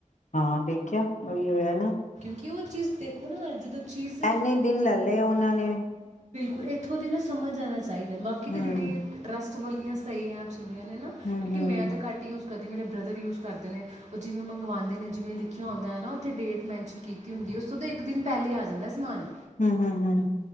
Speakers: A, on the left; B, on the right.
A: ਹਾਂ ਦੇਖਿਆ ਉਹੀ ਹੋਇਆ ਨਾ
B: ਕਿ ਉਹ ਚੀਜ਼ ਦੇਖੋ ਨਾ ਜਦੋਂ ਚੀਜ਼
A: ਇਨੇ ਦਿਨ ਲੈ ਲਏ ਉਹਨਾਂ ਨੇ
B: ਇਥੋਂ ਦੇ ਨਾ ਸਮਝ ਆਉਣਾ <unintelligible>
A: ਹਮ
B: ਜਿਹੜੇ ਟਰੱਸਟ ਵਾਲੀਆ ਸਹੀ ਹੈ ਐਪਸ ਹੁੰਦੀਆਂ ਨੇ ਨਾ
A: ਹਮ
B: ਕਿਉਂਕਿ
A: ਹਮ
B: ਮੈਂ ਤਾਂ ਘੱਟ ਯੂਜ ਕਦੇ ਮੇਰੇ ਬ੍ਰਦਰ ਯੂਜ ਕਰਦੇ ਨੇ ਉਹ ਜਿਵੇਂ ਮੰਗਵਾਉਦੇ ਨੇ ਜਿਵੇਂ ਲਿਖਿਆ ਹੁੰਦਾ ਹੈ ਨ ਡੇਟ ਮੈਨਸ਼ਨ ਕੀਤੀ ਹੁੰਦੀ ਉਸ ਤੋਂ ਤਾਂ ਇੱਕ ਦਿਨ ਪਹਿਲੇ ਆ ਜਾਂਦਾ ਸਮਾਨ
A: ਹਮ ਹਮ ਹਮ